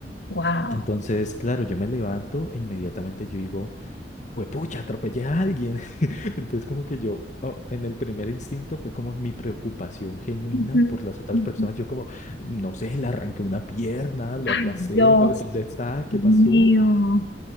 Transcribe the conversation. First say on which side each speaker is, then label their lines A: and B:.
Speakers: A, on the left; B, on the left.
A: Wow.
B: Entonces, claro, yo me levanto e inmediatamente yo digo... Juepucha, atropellé a alguien. <laughs> Entonces, como que yo, oh, en el primer instinto fue como mi preocupación genuina
A: Ujú,
B: por las otras
A: ujú.
B: personas. Yo como, no sé, le arranqué una pierna, lo
A: Ay,
B: aplacé,
A: Dios
B: ¿dó- ¿dónde está? ¿Qué
A: mío.
B: pasó?